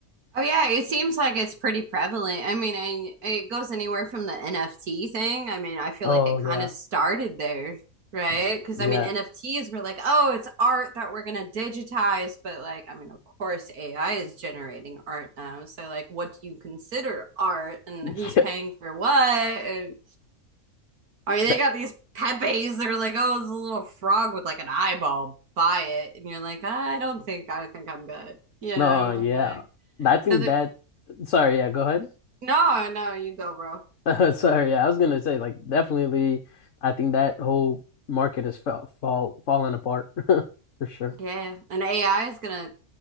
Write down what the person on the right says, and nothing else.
Oh yeah, it seems like it's pretty prevalent. I mean, I, it goes anywhere from the NFT thing. I mean, I feel
like it
kind of started there, right? Because
I mean, NFTs were like, oh, it's art that we're gonna digitize, but like, I mean, of course, AI is generating art now. So like, what do you consider art, and
who's paying for what? And, I mean,
they got these Pepes. that are like, oh, it's a little frog with like an eyeball. Buy it, and you're like, I don't think. I think I'm good. You
know,
like.
So there,
No, no, you go, bro.
Yeah, and AI is gonna